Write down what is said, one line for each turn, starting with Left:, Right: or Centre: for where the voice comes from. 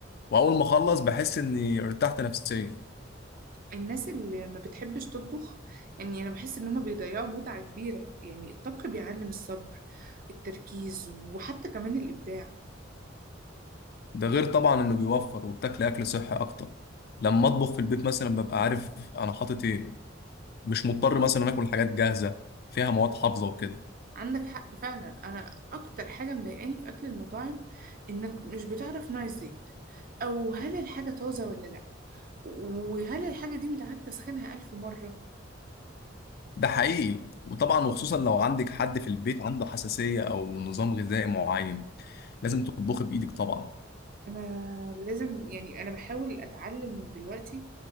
Left: وأول ما أخلص بحس إني ارتحت نفسيا
Right: الناس اللي ما بتحبش تطبخ يعني انا بحس ان هما بيضيعوا متعة كبيرة يعني الطبخ بيعلم الصبر التركيز وحتى كمان الابداع
Left: ده غير طبعا إنه بيوفر وبتاكل أكل صحي أكتر لما أطبخ في البيت مثلا ببقى عارف أنا حاطط إيه مش مضطر مثلا آكل حاجات جاهزة فيها مواد حافظة وكده
Right: عندك حق فعلا انا اكتر حاجة مضايقاني في اكل المطاعم انك مش بتعرف نوع الزيت او هل الحاجة طازة ولا لا وهل الحاجة دي متعاد تسخينها الف مرة
Left: ده حقيقي وطبعا وخصوصا لو عندك حد في البيت عنده حساسية او نظام غذائي معين لازم تطبخي بايدك طبعا
Right: انا لازم يعني انا بحاول اتعلم دلوقتي